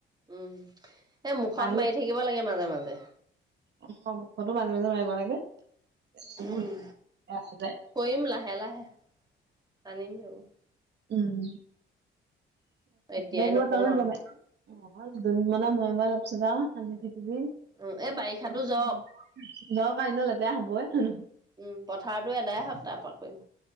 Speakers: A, on the right; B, on the right.
A: উম, এ মুখত
B: পানীত
A: মাৰি থাকিব লাগে মাজে মাজে।
B: অ' মুখতো মাজে মাজে মাৰিব লাগে। <unintelligible>
A: উম কৰিম লাহে লাহে, আনিম সেইবোৰ।
B: উম্,
A: এতিয়াই
B: বেংগলোৰত
A: নকওঁ
B: বাহিৰত
A: আৰু
B: বনাই। হ'ব আৰু দুদিন মানৰ মুৰে মুৰে। তাৰপিছত সানি থাকিবি। দৰকাৰ
A: উম এই বাৰিষাতো যাওক
B: নাই, আনেও লেতেৰা হ'বই হয়নে, নহয়।
A: উম্, পথাৰতো এদাই হওঁক তাৰপৰা কৰিম।